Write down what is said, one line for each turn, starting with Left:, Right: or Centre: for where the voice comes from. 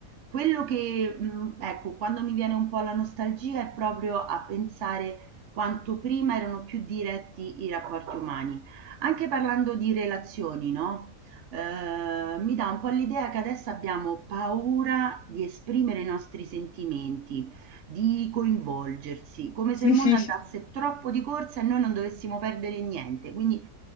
Right: Quello che, mh, ecco, quando mi viene un po' la nostalgia è proprio a pensare quanto prima erano più diretti i rapporti umani. Anche parlando di relazioni, no? Eh, mi dà un po' l'idea che adesso abbiamo paura di esprimere i nostri sentimenti. Di coinvolgersi, come
Left: Sì,
Right: se il mondo
Left: sì,
Right: andasse
Left: sì.
Right: troppo di corsa e noi non dovessimo perdere niente, quindi